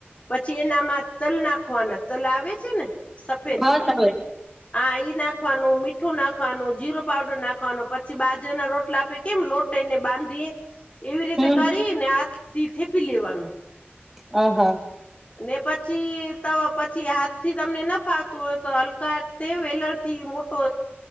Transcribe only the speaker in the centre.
હા ચાલે
હમ
હ હ.